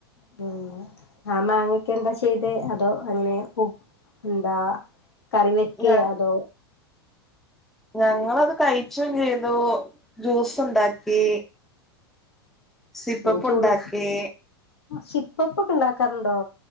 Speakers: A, on the left; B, in the centre.
A: പിന്നെ ആ മാങ്ങയൊക്കെ എന്താ ചെയ്തേ അതോ ഉ അങ്ങനെ എന്താ കറിവെക്കെ
B: ഞ
A: അതോ
B: ഞങ്ങളത് കഴിച്ചും ചെയ്തു ജ്യൂസ് ഉണ്ടാക്കി. സിപ്പപ്പ്
A: ഈ ചൂട്
B: ഉണ്ടാക്കി
A: സിപ്പപ്പൊക്കെ ഉണ്ടാക്കാറുണ്ടോ?